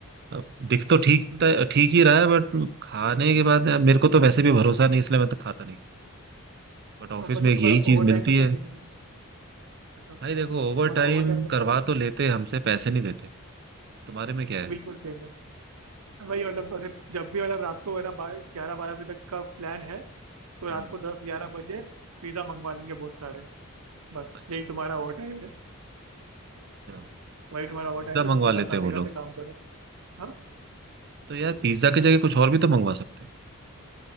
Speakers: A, on the right; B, on the right.
A: अब दिख तो ठीक
B: हम्म।
A: त- ठीक ही रहा है बट खाने के बाद यार मेरे को तो वैसे भी भरोसा नहीं इसलिए मैं तो खाता नहीं बट ऑफिस
B: तो मतलब
A: में एक
B: तुम्हारा
A: यही चीज
B: ओवर टाइम
A: मिलती
B: का क्या
A: है
B: सीन है अच्छा
A: भाई देखो
B: तुम्हारा
A: ओवर टाइम
B: ओवर टाइम का क्या
A: करवा
B: सीन
A: तो
B: है
A: लेते हमसे पैसे नहीं देते तुम्हारे में क्या है
B: बिल्कुल सेम है वही मतलब अगर जब भी मतलब रात को है ना ग्यारह बारह बजे तक का प्लान है तो रात
A: हम्म
B: को दस ग्यारह बजे पिज्जा मंगवा लेंगे बहुत सारे बस
A: अच्छा
B: यही तुम्हारा ओवर टाइम है
A: हाँ तो
B: वही
A: पिज्जा
B: तुम्हारा ओवर टाइम है तुम
A: मंगवा
B: पिज्जा
A: लेते
B: खाते
A: हैं वो
B: खाते
A: लोग
B: काम करो हाँ
A: तो यार पिज्जा की जगह कुछ और भी तो मंगवा सकते हैं